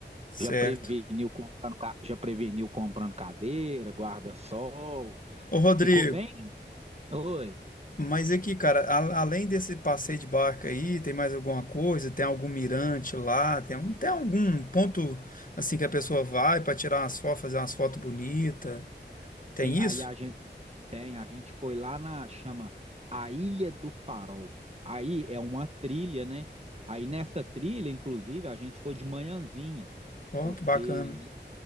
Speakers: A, on the left; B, on the right.
A: Certo.
B: já preveniu comprando, ca- já preveniu comprando cadeira, guarda-sol.
A: Ô, Rodrigo.
B: Ficou bem? Oi.
A: Mas aqui, cara, a- além desse passeio de barca aí, tem mais alguma coisa? Tem algum mirante lá? Tem, um- tem algum ponto assim que a pessoa vai para tirar umas fotos, fazer umas fotos bonitas? Tem
B: Tem-
A: isso?
B: Aí a gente tem, a gente foi lá na, chama A Ilha do Farol. Aí é uma trilha, né? Aí nessa trilha, inclusive, a gente foi de manhãzinha,
A: Ó,
B: porque
A: que bacana.